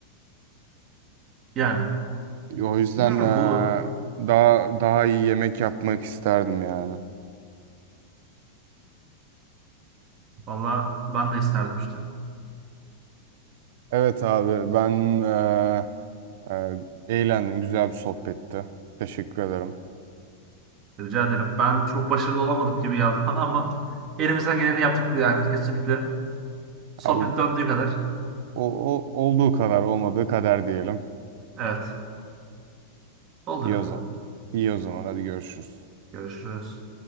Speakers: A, on the right (about 30°); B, on the right (about 60°).
A: Yani
B: o yüzden
A: bilmiyorum
B: eee,
A: bu
B: daha daha iyi yemek yapmak isterdim yani.
A: valla ben de isterdim işte.
B: Evet abi ben eee, eee, eğlendim. Güzel bir sohbetti. Teşekkür ederim.
A: Rica ederim. Ben çok başarılı olamadık gibi geldi bana ama elimizden geleni yaptık yani kesinlikle. Sohbet
B: Abi, o,
A: döndüğü kadar.
B: o, olduğu kadar olmadığı kadar diyelim.
A: Evet. Olduğu
B: İyi o
A: kadar
B: zaman.
A: abi.
B: İyi o zaman. Hadi görüşürüz.
A: Görüşürüz.